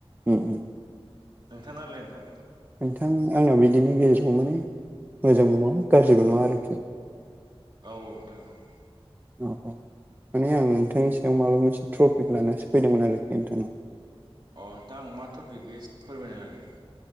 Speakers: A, on the right; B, on the right.
A: उम उम
B: नोथांनालाय नोंथां?
A: नोंथां आंना बिदिनि गेजेराव माने मोजांबो नङा गाज्रिबो नङा आरोखि।
B: औ औ नोंथां औ।
A: औ औ माने आं नोंथांनि सायाव माबा मोनसे ट्रफिक लानसो फैदोंमोन आरोखि नोंथांनाव।
B: अ दा आं मा टपिक बे फोरमायना होलाय।